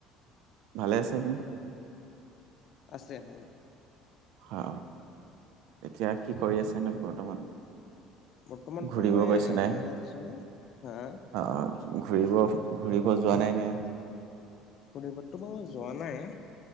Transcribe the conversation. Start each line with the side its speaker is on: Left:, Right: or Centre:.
Right: ভালে আছে আপুনি
Left: আছে হলো
Right: হ এতিয়া কি কৰি আছে নো বৰ্তমান?
Left: বৰ্তমানতো
Right: ঘূৰিব
Left: মই
Right: গৈছে
Left: এনেই
Right: নে
Left: আছো হা।
Right: অ ঘূৰিব ঘূৰিব যোৱা নাই নে?
Left: ঘুৰিবটো মই যোৱা নাই